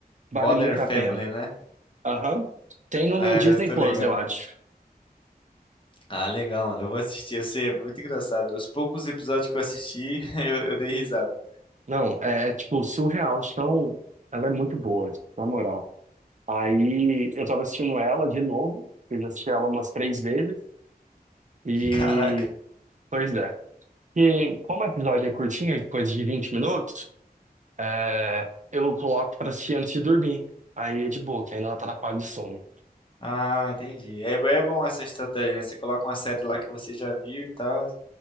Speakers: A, on the right (about 50°); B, on the left (about 30°).
A: Vale
B: Modern
A: muito
B: Family,
A: a pena.
B: né?
A: Aham. Tem no
B: É,
A: Disney
B: eu tô
A: Plus,
B: ligado.
A: eu acho.
B: Ah, legal, mano. Eu vou assistir. Eu sei, é muito engraçado. Os poucos episódios que eu assisti, <laughs> eu, eu dei risada.
A: Não, é, é, tipo surreal. Então, ela é muito boa, na moral. Aí eu tava assistindo ela de novo. Eu já assisti ela umas três vezes. E
B: Caraca.
A: Pois é. E como o episódio é curtinho, coisa de 20 minutos, é, eu coloco pra assistir antes de dormir. Aí é de boa, que aí não atrapalha o sono.
B: Ah, entendi. É, é bom essa estratégia, né? Você coloca uma série lá que você já viu e tal,